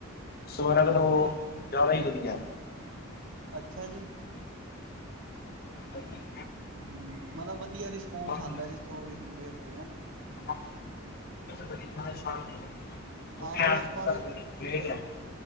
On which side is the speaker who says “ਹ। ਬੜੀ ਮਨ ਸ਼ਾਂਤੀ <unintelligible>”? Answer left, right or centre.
Left